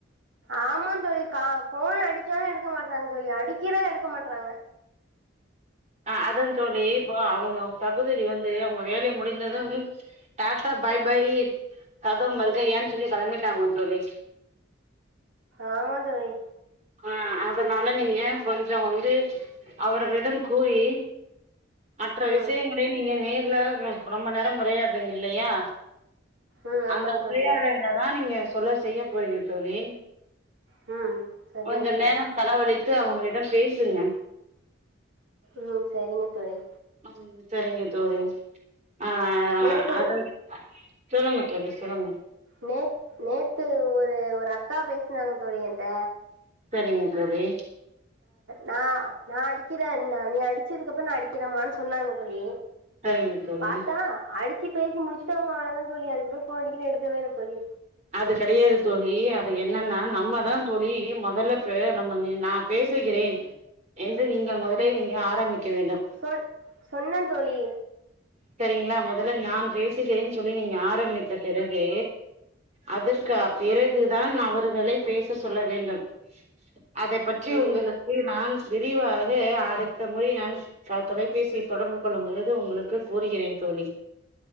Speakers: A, on the right; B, on the right.
A: ஆமாந்தோழி கா ஃபோன் அடிச்சாலு எடுக்க மாட்றாங்க தோழி அடிக்கிறே எடுக்க மாட்றாங்க
B: ஆ அதா தோழி இப்போ அவுங்கோ சகோதரி வந்து அவுங்க வேலை முடிந்ததும் டாட்டா பாய் பய்யி கதம் மர்கையான் சொல்லி கெளம்பிட்டாங்கோ தோழி
A: ஆமாந்தோழி
B: அ அதனால நீங்க கொஞ்சோ வந்து அவர்களிடம் கூறி மற்ற
A: ம்
B: விஷயங்களை நீங்க நேர்ல உ ரொம்ப நேரம் உரையாட்றீங்க இல்லையா
A: ம் ஆமா
B: அந்த
A: தோழி
B: உரையாடலதா நீங்க சொல்ல செய்ய போறீங்க தோழி
A: ம் சரிங்க
B: கொஞ்ச
A: தோழி
B: நேரம் செலவழித்து அவங்களிடம் பேசுங்க
A: ம் சரிங்க தொழி
B: ம் செரிங்க தோழி ஆ அ
A: நேற்று
B: அத சொல்லுங்க தோழி சொல்லுங்க
A: நேத் நேத்து ஒரு ஒரு அக்கா பேஸ்னாங்க தோழி என்ட்ட
B: செரிங்க தோழி
A: நா நா அடிக்கிறே ந நீ அடிச்சதுக்கப்பறோ நா அடிக்கிறமான் சொன்னாங்க தோழி
B: சரிங்க தோழி
A: பாத்தா அடிச்சு பேசி முடிச்சுட்டே அவுங் அவ்வளதா தோழி அதுக்குப்பறோ ஃபோன் அடிக்கறே எடுக்கவேல்ல தோழி
B: அது கெடையது தோழி அது என்னன்னா நம்மதா சொல்லி மெதல்ல பே நம்ம நா பேசுகிறேன் என்று நீங்கள் மொதலே நீங்க ஆரம்பிக்க வேண்டும்
A: சொ சொன்னந் தோழி
B: செரிங்ளா மொதல்ல நான் பேசுகிறேன்னு சொல்லி நீங்க ஆரம்பித்த பிறகு அதற்கு அ பிறகு தான் அவர்களை பேச சொல்ல வேண்டும் அதை பற்றி
A: ம்
B: உங்களுக்கு நான் விரிவாக அடுத்த முறை நான் தொலைபேசியை தொடர்பு கொள்ளும் பொழுது உங்களுக்கு கூறுகிறேன் தோழி